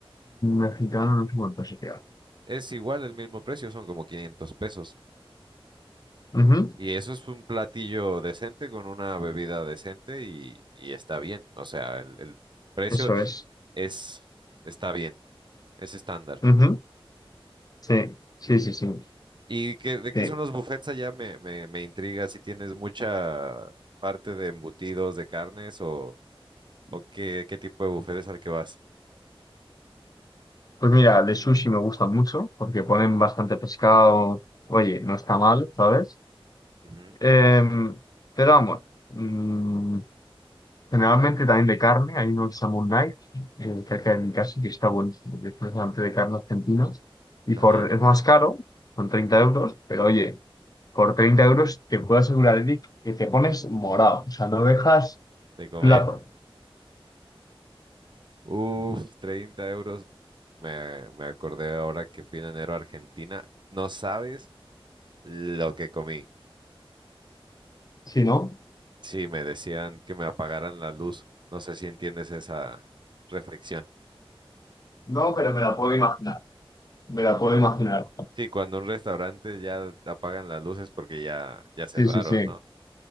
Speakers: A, on the left; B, on the right.
A: mexicano no sé cuánto se queda.
B: Es igual el mismo precio, son como 500 pesos.
A: Ujú,
B: Y eso es un platillo decente con una bebida decente y, y está bien. O sea, el, el precio
A: eso es.
B: es, está bien, es estándar.
A: Ujú, sí, sí, sí, sí.
B: ¿Y qué, de qué
A: Sí.
B: son los buffets allá? Me, me, me intriga si tienes mucha parte de embutidos, de carnes o, o qué, qué tipo de buffet es al que vas.
A: Pues mira, de sushi me gusta mucho porque ponen bastante pescado. Oye, no está mal, ¿sabes?
B: Ujú,
A: Em, pero vamos, mm, generalmente también de carne. Hay uno que se llama un Night, eh, cerca de mi casa, que está buenísimo, que es precisamente de carne argentina. Y
B: Ajá,
A: por, es más caro, son 30 euros, pero oye, por 30 euros te puedo asegurar, Eric, que te pones morado. O sea, no dejas
B: de comer.
A: plato.
B: Uf, 30 euros. Me, me acordé ahora que fui en enero a Argentina. No sabes Lo que comí.
A: Si no,
B: Sí, me decían que me apagaran la luz. No sé si entiendes esa reflexión.
A: no, pero me la puedo imaginar. Me la puedo imaginar.
B: Sí, cuando un restaurante ya apagan las luces porque ya, ya cerraron,
A: Sí, sí, sí.
B: ¿no?